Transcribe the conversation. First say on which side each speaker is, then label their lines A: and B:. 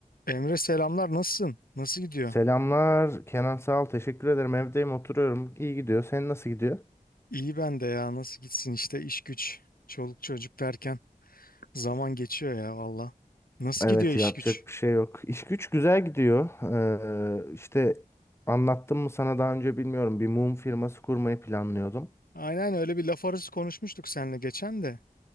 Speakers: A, on the left; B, on the left.
A: Emre selamlar nasılsın? Nasıl gidiyor?
B: Selamlar Kenan sağ ol teşekkür ederim evdeyim oturuyorum iyi gidiyor senin nasıl gidiyor?
A: İyi ben de ya nasıl gitsin işte iş güç çoluk çocuk derken zaman geçiyor ya valla. Nasıl
B: Evet
A: gidiyor iş
B: yapacak
A: güç?
B: bir şey yok iş güç güzel gidiyor ee, işte anlattım mı sana daha önce bilmiyorum bir mum firması kurmayı planlıyordum.
A: Aynen öyle bir laf arası konuşmuştuk seninle geçen de.